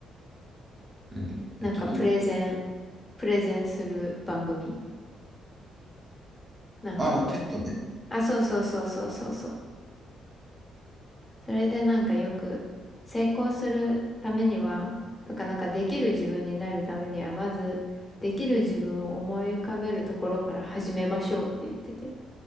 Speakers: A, on the right; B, on the left.
A: 何ペットトーク。
B: なんか、プレゼン、プレゼンする番組。なんか、
A: ああ、テッドね。
B: あ、そうそうそうそうそうそう。それでなんかよく成功するためには、とかなんかできる自分になるためには、まずできる自分を思い浮かべるところから始めましょうって言ってて。